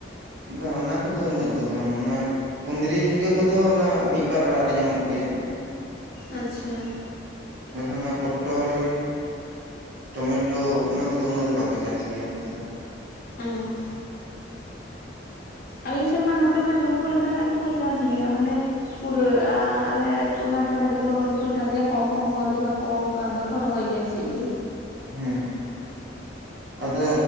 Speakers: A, on the right (about 65°); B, on the left (about 50°).
A: ᱵᱟᱝ ᱚᱱᱟ ᱠᱚᱫᱚ ᱩᱱᱟᱹᱜ ᱫᱚ ᱵᱟᱝ ᱚᱱᱟ, ᱠᱩᱫᱽᱨᱤ ᱡᱷᱤᱸᱜᱟᱹ ᱠᱚᱫᱚ ᱚᱱᱟ ᱢᱤᱫ ᱵᱟᱨ ᱚᱲᱟᱜ ᱨᱮ ᱧᱟᱢᱚᱜ ᱜᱮᱭᱟ᱾
B: ᱟᱪᱪᱷᱟ
A: <unintelligible> ᱚᱱᱟ ᱯᱚᱴᱚᱞ ᱴᱚᱢᱮᱴᱳ, ᱚᱱᱟ ᱠᱚᱫᱚ ᱩᱱᱟᱹᱜ ᱫᱚ ᱵᱟᱠᱚ ᱪᱟᱥ ᱜᱮᱭᱟ ᱱᱚᱛᱮ ᱫᱚ᱾
B: ᱚ ᱟᱞᱤ ᱥᱮ ᱢᱟ ᱱᱚᱛᱮ ᱢᱟ ᱡᱚᱛ ᱡᱚᱛᱚ ᱞᱮᱠᱟᱱᱟᱜ ᱜᱮᱠᱚ ᱪᱟᱥ ᱜᱮᱭᱟ ᱢᱟᱱᱮ ᱯᱩᱨᱟᱹ ᱟᱞᱮ ᱴᱚᱞᱟ ᱨᱮᱢᱟ ᱡᱚᱛᱚ᱾ ᱡᱚᱛᱚ ᱦᱚᱲ ᱜᱮᱠᱚ ᱪᱟᱥ ᱜᱮᱭᱟ ᱠᱚᱢ ᱠᱚᱢ ᱦᱚᱲ ᱜᱮ ᱵᱟᱠᱚ ᱚᱱᱠᱟ ᱵᱟ ᱠᱚ ᱨᱚᱦᱚᱭ ᱜᱮᱭᱟ ᱪᱮᱫ ᱜᱮ᱾
A: ᱦᱮᱸ ᱟᱫᱚ